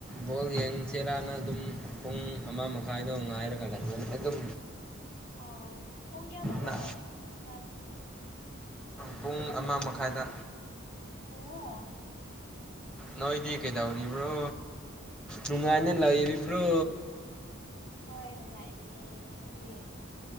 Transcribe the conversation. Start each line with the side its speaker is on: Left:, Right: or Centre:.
Centre: ꯕꯣꯜ ꯌꯦꯡꯁꯦꯔꯥꯅ ꯑꯗꯨꯝ ꯄꯨꯡ ꯑꯃ ꯃꯈꯥꯏꯗꯣ ꯉꯥꯏꯔꯒ ꯂꯩꯒꯅꯤ ꯑꯗꯨꯝ
Left: ꯑꯣ ꯄꯨꯡ ꯀꯌꯥ ꯗꯥꯔꯣ
Centre: ꯅ
Left: ꯉꯁꯤ ꯁꯥꯅꯟ
Centre: ꯄꯨꯡ
Left: ꯒꯥꯗꯕꯗꯣ
Centre: ꯑꯃ ꯃꯈꯥꯏꯗ
Left: ꯑꯣ
Centre: ꯅꯣꯏꯗꯤ ꯀꯩꯗꯧꯔꯤꯕ꯭ꯔꯣ ꯅꯨꯡꯉꯥꯏꯅ ꯂꯩꯔꯤꯕ꯭ꯔꯣ
Left: ꯍꯣꯏ ꯅꯨꯡꯉꯥꯏꯔꯤꯌꯦ ꯅꯪꯗꯤ